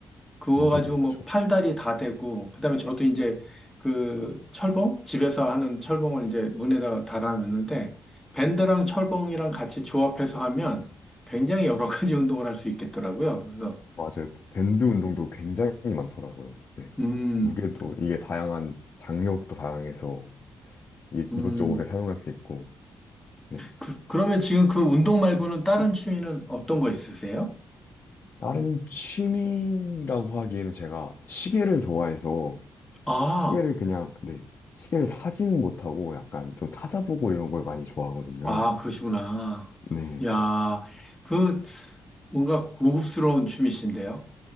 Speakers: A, in the centre; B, on the left (about 50°).
A: 그거
B: 밴드도
A: 가지고
B: 그쵸.
A: 뭐 팔다리 다 되고, 그다음에 저도 이제 그 철봉? 집에서 하는 철봉을 이제 문에다가 달아놨는데, 밴드랑 철봉이랑 같이 조합해서 하면 굉장히 여러 가지 <laughs> 운동을 할 수 있겠더라고요. 그래서,
B: 맞아요. 밴드 운동도 굉장히 많더라고요. 네.
A: 음,
B: 무게도 이게 다양한 장력도 다양해서 이,
A: 음.
B: 이것저것에 사용할 수 있고. 네.
A: 그, 그러면 지금 그 운동 말고는 다른 취미는 어떤 거 있으세요?
B: 다른 취미라고 하기에는 제가 시계를 좋아해서
A: 아,
B: 시계를 그냥 네. 시계를 사지는 못하고 약간 좀 찾아보고 이런 걸 많이 좋아하거든요.
A: 아, 그러시구나.
B: 네.
A: 야, 그, 뭔가 고급스러운 취미신데요?